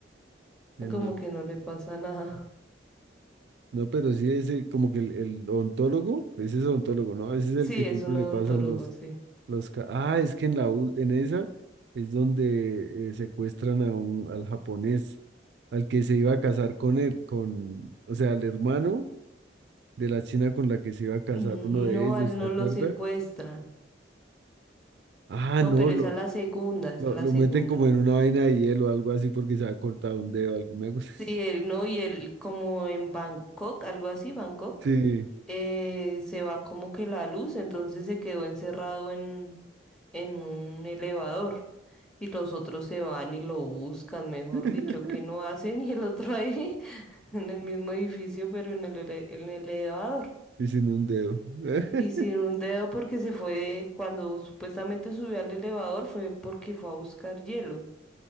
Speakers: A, on the right; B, in the centre.
A: en
B: como
A: la-
B: que no le pasa nada.
A: no, pero sí, ese como que el, el ontólogo, ese es ontólogo, ¿no? Ese es el
B: Sí,
A: que siempre
B: es un
A: le
B: odontólogo,
A: pasan los,
B: sí.
A: los... ca- Ah, es que en la, ul- en esa es donde eh, secuestran a un, al japonés. al que se iba a casar con él, con, o sea, al hermano de la china con la que se iba a casar
B: No,
A: uno de ellos,
B: a él no
A: ¿te acuerdas?
B: lo secuestran.
A: Ah,
B: No,
A: no,
B: pero
A: lo,
B: esa es la segunda, esa
A: lo,
B: es la
A: lo
B: segunda.
A: meten como en una vaina de hielo o algo así porque se ha cortado un dedo, alguna cosa. <laughs>
B: Sí, él no, y él como en Bangkok, algo así, Bangkok,
A: Sí,
B: eh, se va como que la luz, entonces se quedó encerrado en, en un elevador. Y los otros se van y lo buscan, mejor
A: <laughs>
B: dicho, que no hacen, y el otro ahí <laughs> en el mismo edificio, pero en el, ele- en el elevador.
A: y sin un dedo. <laughs>
B: Y sin un dedo porque se fue, cuando supuestamente subió al elevador fue porque fue a buscar hielo.